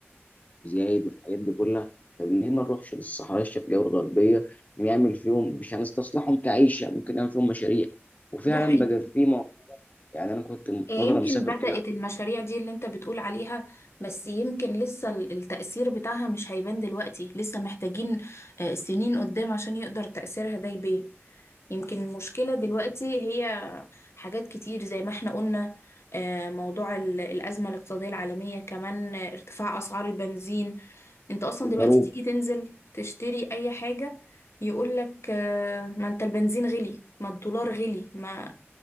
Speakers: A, on the left; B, on the left.
A: زايد والحاجات دي كلها طب ليه ما نروحش للصحراء الشرقية والغربية نعمل فيهم مش هنستصلحهم كعيشة ممكن نعمل فيهم مشاريع وفعلا
B: ده حقيقي
A: بقى في مو... يعني أنا كنت من
B: آه، يمكن
A: فترة مسافر
B: بدأت
A: كده
B: المشاريع دي اللي انت بتقول عليها بس يمكن لسه ال- التأثير بتاعها مش هيبان دلوقتي لسه محتاجين آه، سنين قدام عشان يقدر تأثيرها ده يبان يمكن المشكلة دلوقتي هي حاجات كتير زي ما احنا قلنا آه، موضوع ال- الأزمة الاقتصادية العالمية كمان آه، ارتفاع أسعار البنزين انت أصلا
A: في الغروب
B: دلوقتي تيجي تنزل تشتري أي حاجة يقولك آه، ما انت البنزين غلي ما الدولار غلي ما